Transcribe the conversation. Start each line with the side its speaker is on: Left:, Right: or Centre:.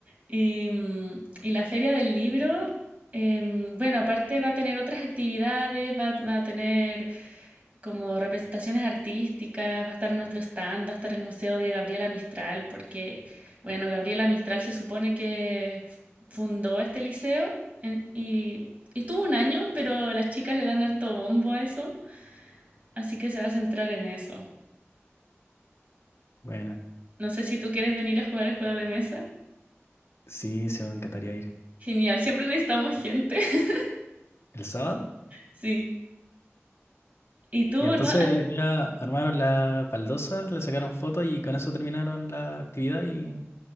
Right: Y, mm, y la feria del libro, em, bueno, aparte va a tener otras actividades, va, va a tener como representaciones artísticas, va a estar nuestro stand, va a estar el museo de Gabriela Mistral, porque, bueno, Gabriela Mistral se supone que fundó este liceo en- y, y estuvo un año, pero las chicas le dan harto bombo a eso, así que se va a centrar en eso.
Left: Bueno,
Right: No sé si tú quieres venir a jugar el juego de mesa.
Left: sí, sí, me encantaría ir.
Right: Genial, siempre necesitamos gente. <laughs>
Left: ¿El sábado?
Right: Sí. ¿Y tú
Left: Y entonces
Right: no, no
Left: hoy día armaron las baldosas, le sacaron fotos y con eso terminaron la actividad y